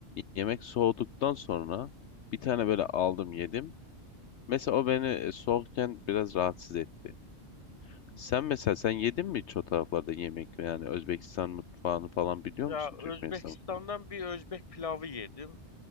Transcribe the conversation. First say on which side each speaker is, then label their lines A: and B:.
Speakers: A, on the left; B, on the left.
A: Yemek soğuduktan sonra bir tane böyle aldım yedim. Mesela o beni e, soğukken biraz rahatsız etti.
B: Hı.
A: Sen mesela sen yedin mi hiç o taraflarda yemek yani Özbekistan mutfağını falan biliyor
B: Ya
A: musun Türkmenistan
B: Özbekistan'dan
A: mutfağını?
B: bir Özbek pilavı yedim.